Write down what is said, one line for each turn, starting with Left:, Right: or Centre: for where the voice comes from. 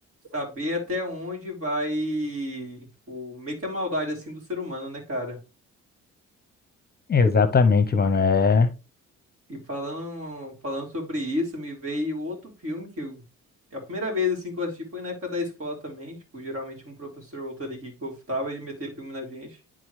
Right: saber até onde vai, tipo, meio que a maldade, assim, do ser humano, né, cara?
Left: Exatamente, mano, é...
Right: E falando, falando sobre isso, me veio outro filme que eu, a primeira vez assim que eu assisti foi na época da escola também, tipo, geralmente um professor ou outro ali que gostava de meter filme na gente.